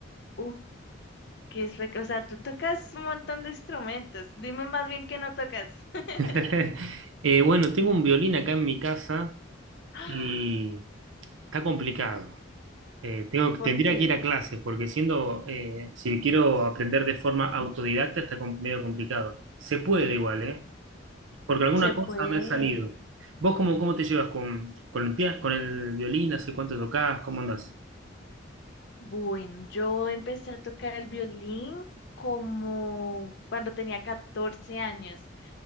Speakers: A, on the left; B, on the right.
A: Uf, qué espect- O sea, tú tocas un montón de instrumentos. Dime más bien qué no tocas. <gasps>
B: <laughs> Eh, bueno, tengo un violín acá en mi casa
A: ¡Ah!
B: y está complicado. Eh, tengo,
A: ¿Por
B: tendría
A: qué?
B: que ir a clases porque siendo, eh, si quiero aprender de forma autodidacta está com- medio complicado. Se puede igual, ¿eh? Porque alguna
A: Se
B: cosa
A: puede.
B: me ha salido. ¿Vos cómo, cómo te llevas con, con el pia- con el violín? ¿Hace cuánto tocás? ¿Cómo andás?
A: Bueno, yo empecé a tocar el violín como cuando tenía 14 años.